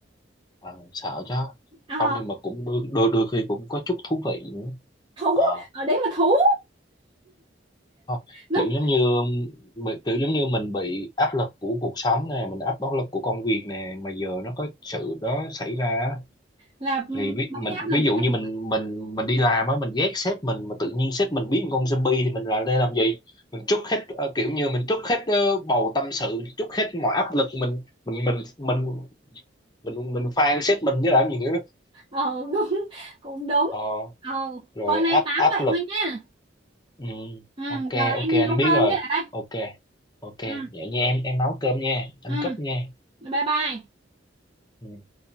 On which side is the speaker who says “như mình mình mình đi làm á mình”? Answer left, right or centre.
Left